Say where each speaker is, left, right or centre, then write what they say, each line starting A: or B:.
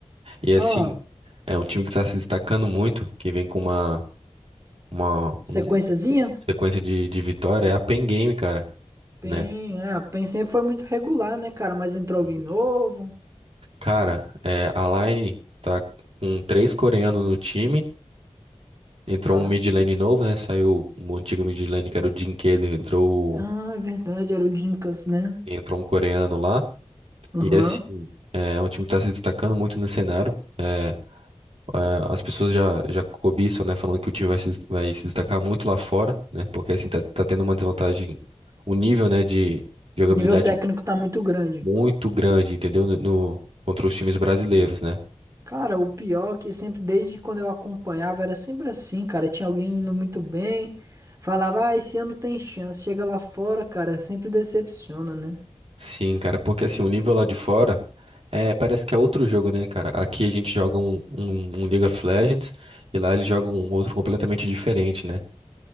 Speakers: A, on the right; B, on the right.
A: E assim,
B: Ah,
A: é um time que está se destacando muito, que vem com uma, uma,
B: sequenciazinha?
A: um- sequência de, de vitória, é a Pen Game, cara,
B: PEN,
A: né?
B: é, a PEN sempre foi muito regular, né, cara? Mas entrou
A: Uhum.
B: alguém novo,
A: Cara, é, a Line tá com três coreanos no time, entrou
B: tá?
A: um mid lane novo, né? Saiu um antigo mid lane que era o Jinkedo, entrou,
B: Ah,
A: o-
B: é verdade, era o Dinkas, né?
A: entrou um coreano lá.
B: Aham.
A: E assim, é um time que tá se destacando muito no cenário. é, eh, as pessoas já, já cobiçam, né? Falando que o time vai se, des- vai se destacar muito lá fora, né? Porque assim tá, tá tendo uma desvantagem, um nível, né, de jogabilidade
B: O nível técnico tá muito grande.
A: muito grande, entendeu? No, no- contra os times brasileiros, né?
B: Cara, o pior é que sempre, desde quando eu acompanhava, era sempre assim, cara. Tinha alguém indo muito bem, falava, ah, esse ano tem chance. Chega lá fora, cara, sempre decepciona, né?
A: Sim, cara, porque assim, o nível lá de fora é, parece que é outro jogo, né, cara? Aqui a gente joga um, um, um League of Legends e lá eles jogam um outro completamente diferente, né?